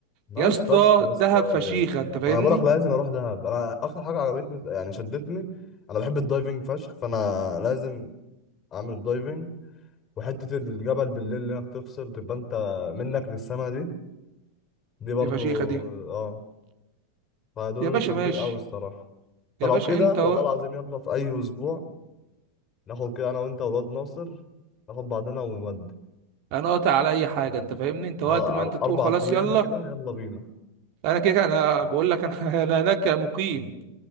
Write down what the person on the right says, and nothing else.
يا اسطى
دهب فشيخة
انت فاهمني
دي فشيخة دي
يا باشا
ماشي
يا باشا
انت
و...
انا قاطع على اي حاجة انت فاهمني انت وقت
ما انت
تقول
خلاص
يلا
انا كده كده- انا بقول لك انا <laughs> انا هناك مقيم